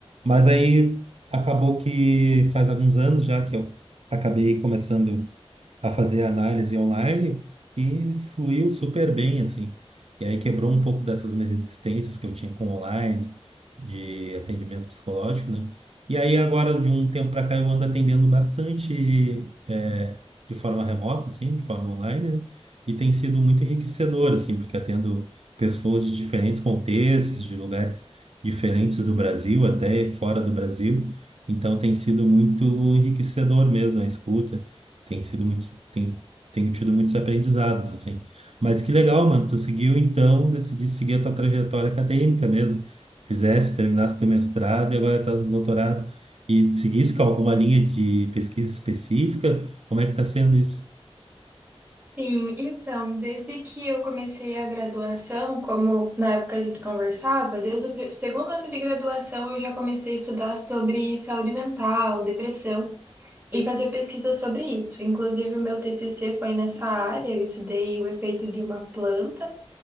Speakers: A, on the right (about 70°); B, on the right (about 15°).
A: Mas aí acabou que faz alguns anos já que eu acabei começando a fazer análise online e fluiu super bem, assim. E aí quebrou um pouco dessas minhas resistências que eu tinha com online, de atendimento psicológico, né? E aí agora, de um tempo para cá, eu ando atendendo bastante é, de forma remota, assim, de forma online, né? E tem sido muito enriquecedor, assim, porque atendo pessoas de diferentes contextos, de lugares diferentes do Brasil, até fora do Brasil. Então tem sido muito enriquecedor mesmo a escuta tem sido muitos, tem, tenho tido muitos aprendizados, assim. Mas que legal, mano, tu seguiu então, decidi seguir a tua trajetória acadêmica mesmo, fizesse, terminasse teu mestrado e agora tá no doutorado, e seguisse com alguma linha de pesquisa específica, como é que tá sendo isso?
B: Sim, então, desde que eu comecei a graduação, como na época a gente conversava, desde o pri- segundo ano de graduação eu já comecei a estudar sobre saúde mental, depressão. e fazer pesquisa sobre isso. Inclusive, o meu TCC foi nessa área, eu estudei o efeito de uma planta